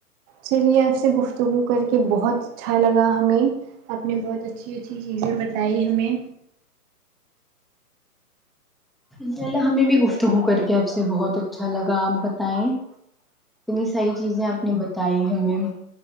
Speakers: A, on the right; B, in the centre.
A: چلیے آپ سے گفت تگو کر کے بہت اچھا لگا ہمیں آپ نے بہت اچھی اچھی چیزیں بتائی ہمیں
B: انشاء اللہ ہمیں بھی گفتگو کر کے آپ سے بہت اچھا لگا آپ بتائیں اتنی ساری چیزیں آپ نے بتائی ہمیں